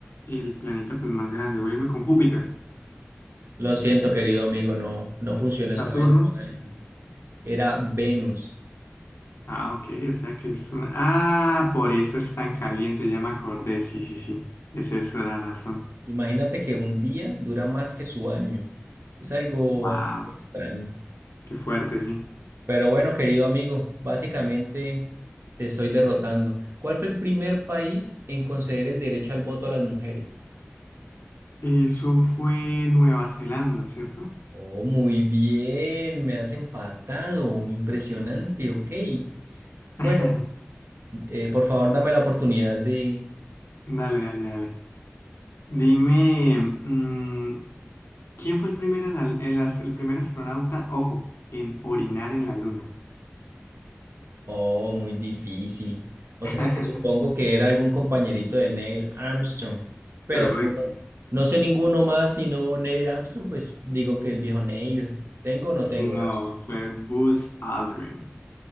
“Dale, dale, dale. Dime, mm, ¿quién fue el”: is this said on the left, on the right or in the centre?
Left